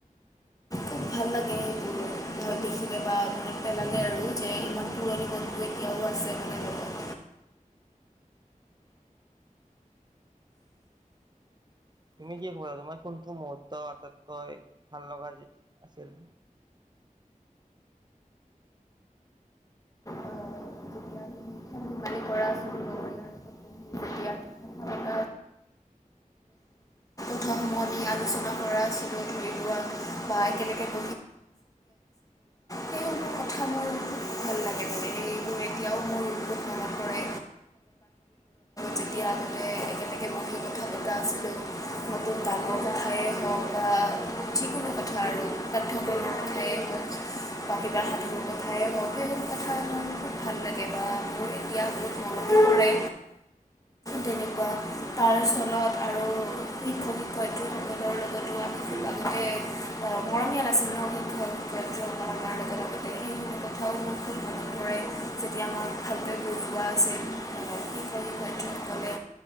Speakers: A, on the left; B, on the right.
A: খুব ভাল লাগে সেইবোৰ ধৰ দেখিলে বা মনত পেলালে আৰু যে ইমান পুৰণি বন্ধু এতিয়াও আছে মানে লগত
B: তুমি কি কবা তোমাৰ কোনটো মুহুৰ্ত আটাইতকৈ ভাল লগা যি আছিল
A: যেতিয়া আমি খেল ধেমালি কৰা আছিলোঁ লগৰীয়াৰ লগত বহি যেতিয়া আমি কথা পতা আছিলোঁ নতুন নতুন কথাসমূহ আমি আলোচনা কৰা ধৰি লোৱা বা একেলগে ব সেইসমূহ কথা মোৰ খুব ভাল লাগে মানে সেইবোৰ এতিয়াও মোৰ বহুত মনত পৰে যেতিয়া মানে একেলগে বহি কথা পতা আছিলোঁ নতুন গানৰ কথাই হওক বা যিকোনো কথা আৰু পাঠ্যক্ৰমৰ কথাই হওক বা কিবা সাধুৰ কথাই হওক সেইসমূহ কথা মোৰ খুব ভাল লাগে বা মোৰ এতিয়া বহুত মনতো পৰে তেনেকুৱা তাৰ স্থলত আৰু শিক্ষক শিক্ষয়িত্ৰীসকলৰ লগতো আমি খুব আগতে আহ, মৰমীয়াল আছিল ন শিক্ষক শিক্ষয়িত্ৰীসকল আমাৰ লগত আগতে সেইসমূহ কথাও মোৰ খুব মনত পৰে যেতিয়া আমাক ভালকৈ বুজোৱা আছিল আহ, শিক্ষক শিক্ষয়িত্ৰীসকলে